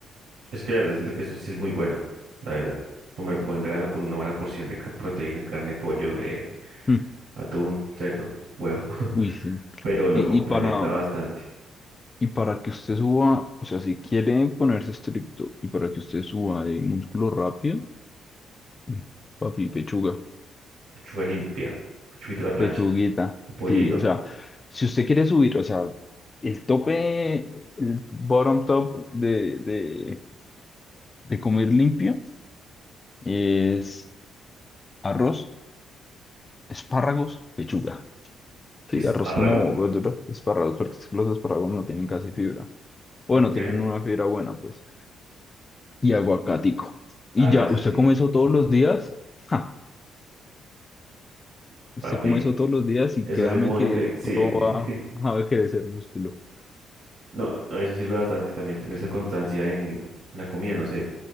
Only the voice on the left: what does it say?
Mm,
Uy, sí.
Y,
y para,
y para que usted suba, o sea, si quiere ponerse estricto y para que usted suba de músculo rápido, mm, papi, pechuga,
pechuguita.
Sí, o sea, si usted quiere subir, o sea, el tope, el bottom top de, de, de comer limpio es arroz Espárragos, pechuga. Sí,
arroz como verdura, espárragos, porque es que los espárragos no tienen casi fibra. Bueno,
tienen una fibra buena, pues. Y aguacatico. Y
ya,
¿usted
come eso
todos los días? Ja, usted
come eso todos los días y
créame
que
solo
va a crecer músculo.